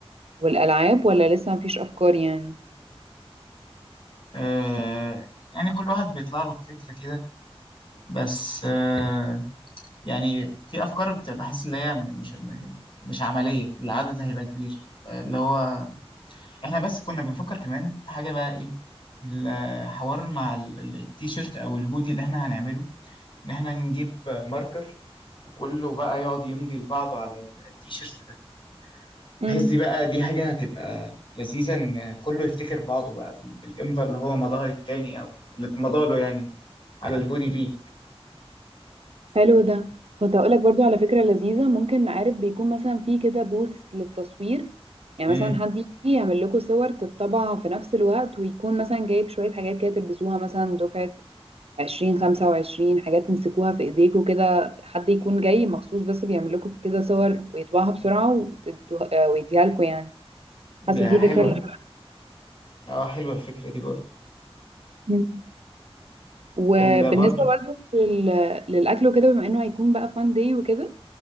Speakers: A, on the right; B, on the left.
A: والألعاب ولا لسه مفيش أفكار يعني
B: آه يعني كل واحد بيطلع له بفكرة كده بس آه يعني في افكار بت- بحس اللي هي م- مش م- مش عمليه العدد هيبقى كبير اللي هو احنا بس كنا بنفكر كمان في حاجه بقى ايه الحوار مع ال- ال- التيشيرت او الهودي اللي احنا هنعمله ان احنا نجيب ماركر وكله بقى يقعد يمضي لبعضه على ال- التيشيرت ده
A: امم
B: بحيث دي بقى دي حاجه هتبقى لذيذه ان كله يفتكر بعضه بقى بال- بالامضاء اللي هو مضاها التاني او اللي اتمضى له يعني على الهودي فيه
A: حلو ده كنت هقولك برضو على فكرة لذيذة ممكن عارف بيكون مثلا في كده بوث للتصوير يعني
B: امم
A: مثلا حد يجي يعمل لكم صور تتطبع في نفس الوقت ويكون مثلا جايب شوية حاجات كده تلبسوها مثلا دفعة عشرين خمسة وعشرين حاجات تمسكوها في ايديكوا كده حد يكون جاي مخصوص بس بيعمل لكم كده صور ويطبعها بسرعة وتدوها- ويديها لكم يعني حاسة
B: ده
A: دي
B: حلوه
A: فكرة اللي
B: اه حلوه الفكره دي برضه
A: مم. <laughs> وبالنسبة
B: ال- برضه
A: برضو لل... للأكل وكده بما انه هيكون بقى فان داي وكده